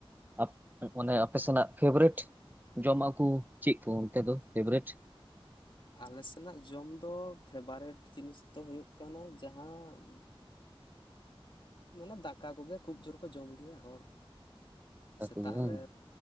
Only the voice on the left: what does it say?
ᱟᱞᱮ ᱥᱮᱱᱟᱜ ᱡᱚᱢ ᱫᱚ ᱯᱷᱮᱵᱟᱨᱮᱴ ᱡᱤᱱᱤᱥ ᱫᱚ ᱦᱩᱭᱩᱜ ᱠᱟᱱᱟ ᱡᱟᱦᱟᱸ ᱼᱼ ᱢᱟᱱᱮ ᱫᱟᱠᱟ ᱠᱚᱜᱮ ᱠᱷᱩᱵ ᱡᱳᱨ ᱠᱚ ᱡᱚᱢ ᱜᱮᱭᱟ ᱦᱚᱲ ᱾
ᱥᱮᱛᱟᱜ
ᱨᱮ